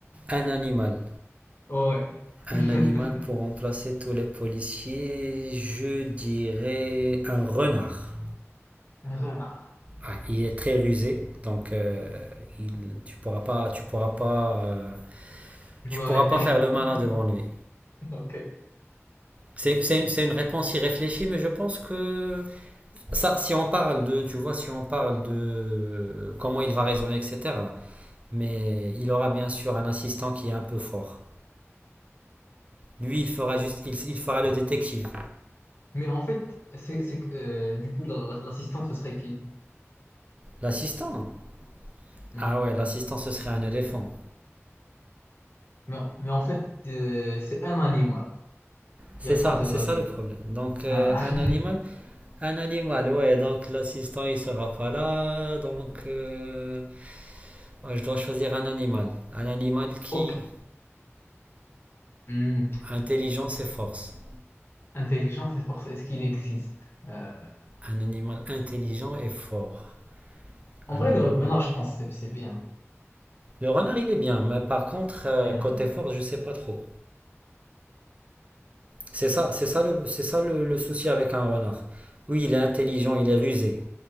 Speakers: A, on the right (about 25°); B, on the left (about 45°).
A: Un animal.
B: Oh, Ouais.
A: Un
B: <laughs>
A: animal pour remplacer tous les policiers, je dirais un renard.
B: Un renard.
A: Ah, il est très rusé, donc euh, il- tu pourras pas, tu pourras pas, euh,
B: Jouer
A: tu pourras
B: avec lui.
A: pas faire le malin
B: <laughs>
A: devant lui.
B: Ok.
A: C'est c'est une, c'est une réponse irréfléchie, mais je pense que ça, si on parle de, tu vois, si on parle de comment il va raisonner, etc. Mais il aura bien sûr un assistant qui est un peu fort. Lui, il fera juste, il, il fera le détective.
B: Mais en fait, c'est, c'est, que, euh, du coup, la- la- l'assistant, ce serait qui?
A: L'assistant?
B: Hmm.
A: Ah ouais, l'assistant, ce serait un éléphant.
B: Mais, en mais en fait, euh, c'est un animal.
A: C'est
B: Il n'y a pas
A: ça,
B: deux
A: c'est
B: animaux.
A: ça le problème. Donc, euh,
B: Ah.
A: un
B: <laughs>
A: animal, un animal, ouais, donc l'assistant il sera pas là, donc euh, ouais, je dois choisir un animal. Un animal qui,
B: Ok. Hmm.
A: intelligence et force.
B: Intelligence et force, est-ce qu'il existe? Euh,
A: Un animal intelligent et fort.
B: En
A: Un
B: vrai,
A: animal.
B: le renard, je pense, que c'est c'est bien.
A: Le renard il est bien, mais par contre, euh,
B: Mhm.
A: côté force, je sais pas trop. C'est ça, c'est ça le, c'est ça le, le souci avec un renard. Oui, il est intelligent, il est rusé,